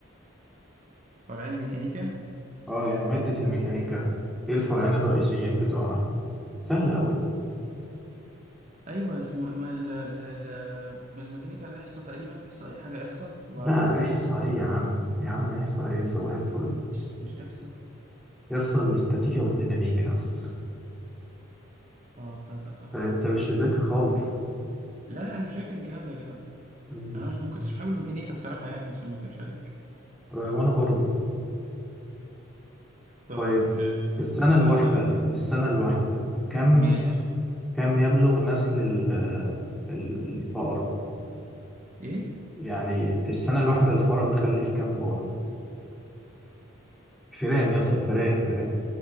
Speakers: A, on the right (about 35°); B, in the centre.
A: فرعين ميكانيكا
B: اه يعني مادة الميكانيكا ايه الفرعين الرئيسيين بتوعها سهل قوي
A: ايوه اسمه اما ال ال ال الميكانيكا الاحصاء تقريبا احصاء حاجه احصاء والتانيه
B: لا احصائية
A: ال-
B: يا عم يا عم احصائية صباح الفل
A: مش مش احصاء
B: يسطا الاستاتيكا والديناميكا يسطا
A: اه تصدق صح
B: انت مش مذاكر خالص
A: لا لا انا مش فاكر الكلام ده يا جدع
B: مم.
A: انا مش ما كنتش بحب الميكانيكا بصراحه يعني عشان ما اكذبش عليك
B: آه، وانا برضه
A: طيب
B: طيب
A: ف-
B: في السنة
A: اسالنا
B: الواحدة
A: بقى الفيديو
B: في السنة الواحدة كم
A: ماشي
B: كم يبلغ نسل ال- ال- الفأرة
A: ايه
B: يعني في السنة الواحدة الفأرة بتخلف كم فأرة فئران يا اسطى
A: آه،
B: الفئران فئران